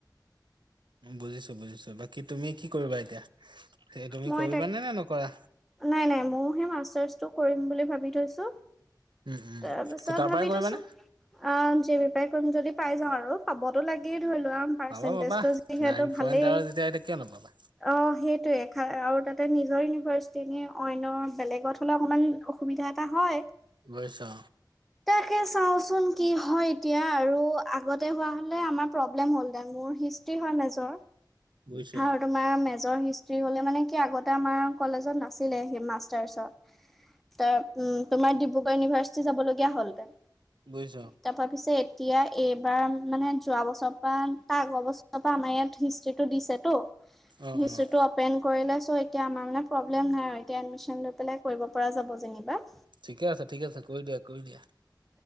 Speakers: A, on the right; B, in the centre.
A: বুজিছো-বুজিছো বাকী তুমি কি কৰিবা এতিয়া? সেই তুমি
B: মই
A: কৰিবানে
B: তাক,
A: নে নে নকৰা?
B: নাই-নাই মইও সেই মাষ্টাৰ্ছটো কৰিম বুলি ভাবি থৈছো।
A: উম, উম,
B: তাৰপাছত
A: ত' তাৰ
B: ভাবি
A: পৰাই কৰিবানে?
B: থৈছো, আহ কৰিম যদি পাই যাওঁ আৰু, পাবতো লাগি লম পাৰ্চেন্টেজটো
A: পাবা পাবা
B: যিহেতু
A: নাইন পইণ্ট
B: ভালেই
A: আৰু যেতিয়া এতিয়া কিয় নাপাবা।
B: অ‌ সেইতু আৰু তাতে নিজৰ ইউনিভাৰ্চিটিনে, অইনৰ বেলেগত হ'লে অকণমান অসুবিধা এটা হয়।
A: লৈছা।
B: তাকে চাওঁচোন কি হয় এতিয়া আৰু আগতে হোৱা হলে আমাৰ প্ৰব্লেম হ'ল দে মোৰ হয় মেজৰ
A: বুজিছোঁ
B: আৰু
A: অ',
B: তোমাৰ মেজৰ হ'লে মানে কি আগতে আমাৰ কলেজত নাছিলে সেই মাষ্টাৰ্চত। ত উম তোমাৰ ডিব্ৰুগড় ইউনিভাৰ্চিটি যাবলগীয়া হলহেতেন।
A: বুজিছো।
B: তাৰপৰা পিছে এতিয়া এইবাৰ মানে যোৱা বছৰৰ পৰা তাৰ আগৰ বছৰৰ পৰা আমাৰ ইয়াত হিষ্ট্ৰ্ৰীটো দিছেতো।
A: অ',
B: <unintelligible>
A: অ',
B: টো কৰি লৈ চো এতিয়া আমাৰ মানে প্ৰব্লেম নাই আৰু এতিয়া এডমিশ্যন লৈ পেলাই কৰিব পৰা যাব যেনিবা।
A: ঠিকে আছে ঠিকে আছে কৰি দিয়া কৰি দিয়া।